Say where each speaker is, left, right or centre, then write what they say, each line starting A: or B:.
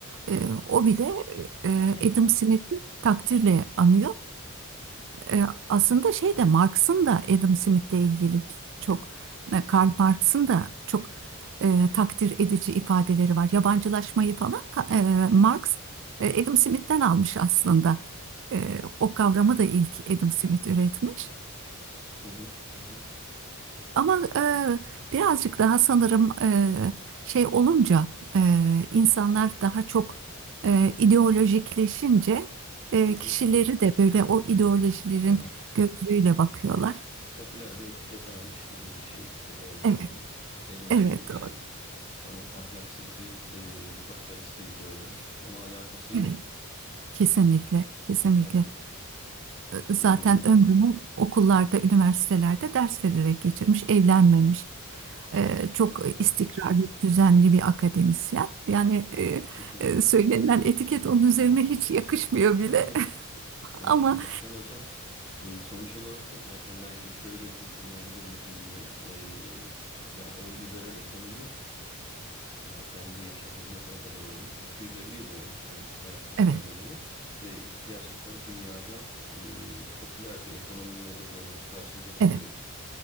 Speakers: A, on the right (about 60°); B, on the left (about 25°).
A: E,
B: Evet.
A: o bile e,
B: <clears throat>
A: Adam Smith'i takdirle anıyor. E, aslında şey de Marx'ın da Adam Smith'le ilgili çok e, Karl Marx'ın da çok e, takdir edici ifadeleri var. Yabancılaşmayı falan ka- e, Marx e, Adam Smith'ten almış aslında. E, o kavramı
B: Bu da.
A: da ilk Adam Smith üretmiş.
B: Hı hı. Hı hı.
A: Ama e, birazcık daha sanırım e, şey olunca e, insanlar daha çok e, ideolojikleşince e,
B: Hı hı.
A: kişileri de böyle o ideolojilerin
B: Aynen.
A: gözüyle bakıyorlar.
B: Popüler bir etiket almış gibi bir şey e, olmuş
A: Evet,
B: yani. Adam
A: evet,
B: Smith için
A: doğru.
B: hani ahlaksız bir e, kapitalist gibi görünmüş ama alakası
A: evet,
B: yok.
A: kesinlikle, kesinlikle.
B: Tabii.
A: E,
B: E,
A: Zaten ömrünü okullarda, üniversitelerde ders vererek geçirmiş, evlenmemiş. E, çok
B: zaten.
A: istikrarlı, düzenli bir akademisyen. Yani e,
B: Hı hı.
A: e, söylenilen etiket onun üzerine hiç yakışmıyor bile.
B: <laughs> Anladım.
A: Ama
B: Zaten hocam e, sonuç olarak da zaten belki şöyle düşünülebilir mi bilmiyorum. E, yani o liberal ekonomi yani kendi yaşadığı ne, ne kadar olmuş? 250 yıl olmuş o hayatını
A: evet,
B: kaybedeli ve gerçekten dünyada e, popüler bir ekonomi modeli olarak karşımıza çıkıyor
A: evet.